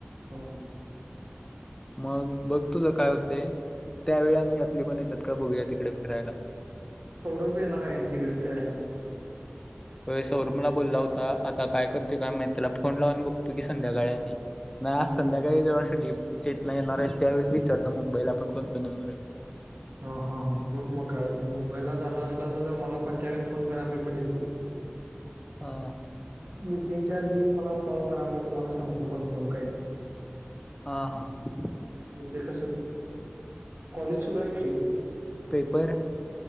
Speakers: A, on the right; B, on the left.
A: हां.
B: मग बघ तुझ काय होतय त्यावेळी आणि यातली कोण येत्यात काय बघूया तिकड फिरायला.
A: सौरभ बी येणार आहे तिकडे फिरायला.
B: होय सौरभ मला बोलला होता आता काय करतोय काय माहीत त्याला फोन लावून बघतो की संध्याकाळी आणि. नाही
A: हम्म
B: आज संध्याकाळी जेव्हा असं गिफ्ट येत नाही येणार आहेत त्यावेळेस विचारतो मुंबईला आपण कोण कोण येणार आहे म्हणुन?
A: हां हां हां बघ मग काय होतय मुंबईला जाणार असलासा तर मला पण त्यावेळी फोन करा मी पण येतो.
B: हां.
A: बुकिंगच्या आधी मला कॉल करा मी तुम्हाला सांगतो कन्फर्म काय हाय ते.
B: हां हां.
A: म्हणजे कस कॉलेज सुरू आहे की
B: पेपर?